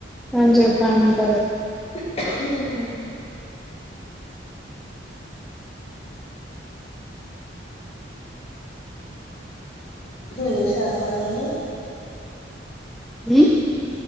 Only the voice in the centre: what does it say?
అని చెప్పి అంటాది
ఉమ్